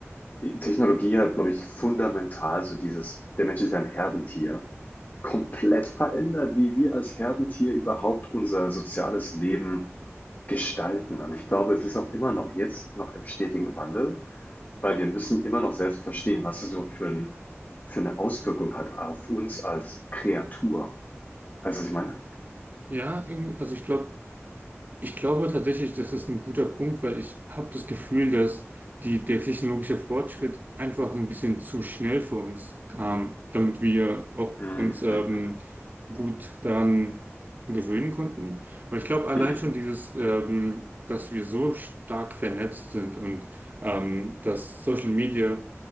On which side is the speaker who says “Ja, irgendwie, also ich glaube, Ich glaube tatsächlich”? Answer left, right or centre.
Right